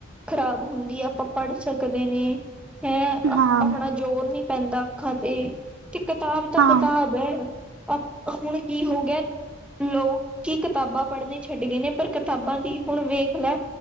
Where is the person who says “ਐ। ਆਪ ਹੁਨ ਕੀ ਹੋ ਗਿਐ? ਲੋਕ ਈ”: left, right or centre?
Centre